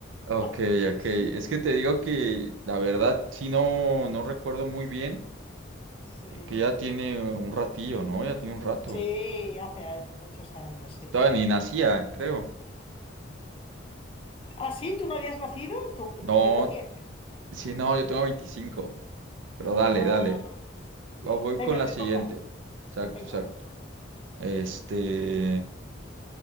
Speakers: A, on the right (about 80°); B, on the left (about 30°).
A: Ok,
B: <laughs>
A: ok.
B: Sí,
A: Es que te digo que la verdad sí no, no recuerdo muy bien,
B: sí.
A: porque ya tiene un ratillo, ¿no? Ya tiene un rato.
B: Sí, hace años, muchos años, sí.
A: Estaba ni nacía, creo.
B: Ah, sí, ¿tú no habías nacido? ¿Tú qué
A: No,
B: qué edad tienes?
A: sí, no, yo tengo 25. Pero
B: Ah,
A: dale, dale. Vo- Voy
B: venga,
A: con la
B: te
A: siguiente.
B: toca.
A: Exacto,
B: Venga.
A: exacto. Este.